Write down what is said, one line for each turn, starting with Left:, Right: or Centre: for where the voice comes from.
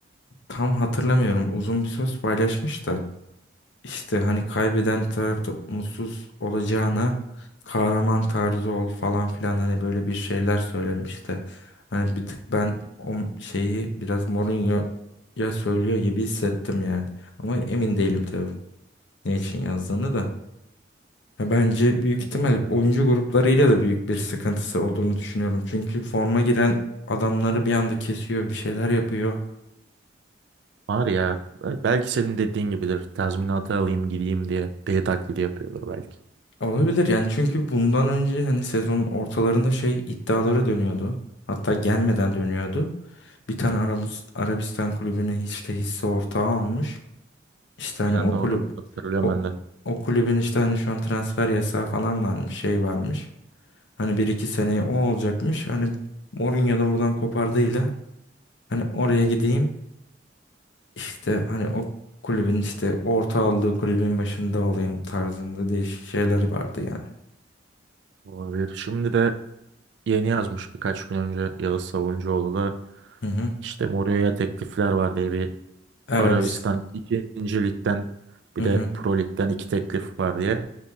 Left: tam hatırlamıyorum uzun bir söz paylaşmış da. İşte hani kaybeden tarafta mutsuz olacağına kahraman tarzı ol falan filan hani böyle bir şeyler söylemiş de. Hani bir tık ben o şeyi biraz Mourinho'ya söylüyor gibi hissettim yani. Ama emin değilim tabii ne için yazdığını da. Ya Bence büyük
Right: Hani
Left: ihtimal
Right: bilmiyorum.
Left: oyuncu gruplarıyla da büyük bir sıkıntısı olduğunu düşünüyorum. Çünkü forma giren adamları bir anda kesiyor, bir şeyler yapıyor.
Right: Var ya. bel- Belki senin dediğin gibidir. Tazminatı alayım gideyim diye deli taklidi yapıyordur belki.
Left: Olabilir yani çünkü bundan önce hani sezonun ortalarında şey iddiaları dönüyordu. Hatta gelmeden dönüyordu. Bir tane Arabis- Arabistan kulübüne işte hisse ortağı almış. İşte
Right: Aynen
Left: hani o
Right: doğru.
Left: kulüp
Right: Hatırlıyorum
Left: o,
Right: ben de.
Left: o kulübün işte hani şu an transfer yasağı falan varmış, şey varmış. Hani bir iki seneye o olacakmış. Hani Mourinho da oradan kopardığıyla Hani oraya gideyim işte hani o kulübün işte orta aldığı kulübün başında olayım tarzında değişik şeyler vardı yani.
Right: Olabilir. Şimdi de yeni yazmış birkaç gün önce Yağız Savuncuoğlu da
Left: Hı hı.
Right: işte Mourinho'ya teklifler var diye bir
Left: Arabis.
Right: Arabistan 2. Lig'den bir
Left: Hı hı.
Right: de Pro Lig'den iki teklif var diye.